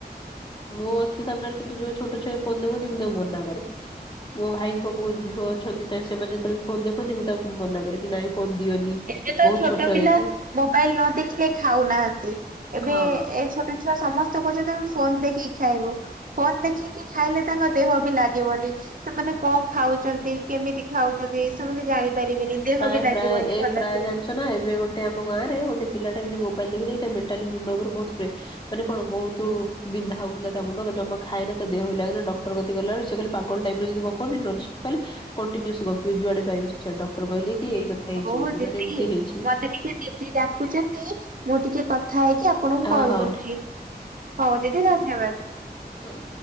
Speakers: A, on the left; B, on the right.
A: ମୋ ଆଖି ସାମ୍ନନା ରେ। କିନ୍ତୁ ଯୋଉ ଛୋଟ ଛୁଆ ବି ଫୋନ ଦେଖନ୍ତି ମୁଁ ତାଙ୍କୁ ମନା କରେ ମୋ ଭାଇ ଙ୍କ ପୁଅ ଝୁଅ ଅଛନ୍ତି ତାଏଁ ସେମାନେ ଯେତେ ବେଳେ ବି ଫୋନ ଦେଖନ୍ତି ମୁଁ ତାକୁ ମନା କରେ କି ନାଇଁ ଫୋନ ଦିଅନି।
B: ଏବେ ତ
A: ବହୁତ
B: ଛୋଟ ପିଲା
A: ଏଜ
B: ମୋବାଇଲ ନ ଦେଖିଲେ ଖାଉ ନାହାନ୍ତି ଏବେ
A: ହଁ।
B: ଏ ଛୋଟ। ଛୁଆ ସମସ୍ତେ କହୁଛନ୍ତି ଆମେ ଫୋନ ଦେଖିକି ଖାଇବୁ ଫୋନ ଦେଖିକି। ଖାଇଲେ ତାଙ୍କ ଦେହ ବି ଲାଗିବନି। ସେମାନେ କଁ ଖାଉଛନ୍ତି କେମିତି ଖାଉଛନ୍ତି ସେମାନେ ଜାଣିପାରିବେନି ଦେହ
A: ପ୍ରାୟ
B: ବି ଲାଗିବନି।
A: ପ୍ରାୟ ଏ
B: ଭଲସେ
A: ପ୍ରାୟ ଜାଣିଛ ନା ଏବେ ଗୋଟେ ଆମ ଗାଁରେ ଗୋଟେ ପିଲା ଟେ ଏମତି ମୋବାଇଲ ଦେଖି ଦେଖି ତା ମେଣ୍ଟାଲି ମୁଣ୍ଡ ଉପରେ ବହୁତ ପ୍ରେ ମାନେ କଣ ବହୁତ ବିନ୍ଧା ହଉଥିଲା ତା ମୁଣ୍ଡ ଜମା ଖାଏନ ତା ଦେହ ବି ଲାଗେନା ଡକ୍ଟର କତିକି ଗଲା ବେଳକୁ ସେ ଖାଲି। ପାଗଳ ଟାଇପ ର ଯେମିତି ଗପନ୍ତିନି ନନ୍ ସ ଖାଲି କଣ୍ଟିନିଓସ୍ ଗପିବ ଗପିବ ଯୁଆଡେ ପାଇବ ସିଆଡେ ଡକ୍ଟର କହିଲେ କି ଏଇ କଥା। ହେଇଛି
B: ହଉ ମ
A: ବୋଲି
B: ଦିଦି
A: ମାନେ ଏମିତି ହେଇଛି।
B: ମତେ ଟିକେ ଦିଦି ଡାକୁଛନ୍ତି ମୁଁ ଟିକେ କଥା ହେଇକି ଆ ଆପଣଙ୍କୁ
A: ହଁ
B: କଲ୍
A: ହଁ
B: କରୁଛି ହଉ ଦିଦି ଧନ୍ୟବାଦ।
A: ହୁଁ।